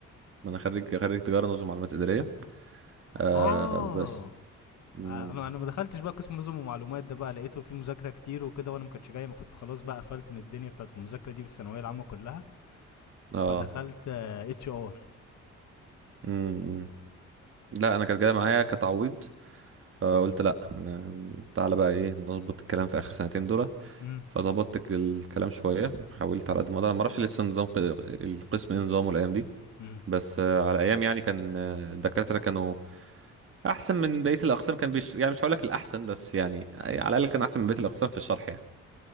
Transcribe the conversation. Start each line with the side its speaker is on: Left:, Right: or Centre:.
Right: ما انا خريج خريج تجارة نظم معلومات ادارية آه
Left: اه
Right: بس مم.
Left: آه، انا انا ما دخلتش بقى قسم نظم ومعلومات ده بقى لقيته فيه مذاكره كتير وكده وانا ما كنتش جاي ما كنت خلاص بقى قفلت من الدنيا بتاعت المذاكره دي في الثانويه العامه كلها
Right: اه
Left: فدخلت اتش ار
Right: مم. لا انا كانت جاية معايا كتعويض فقلت لا ن- تعالى بقى ايه نظبط الكلام في اخر سنتين دول
Left: امم
Right: فظبطت ك- الكلام شوية حاولت على قد ما اقدر ما اعرفش لسه نظام ق- القسم ايه نظامه الايام دي
Left: امم
Right: بس آه، على ايام يعني كان آه، الدكاترة كانوا احسن من بقية الاقسام كان بيش يعني مش هقول لك الاحسن بس يعني على الاقل كان احسن من بقية الاقسام في الشرح يعني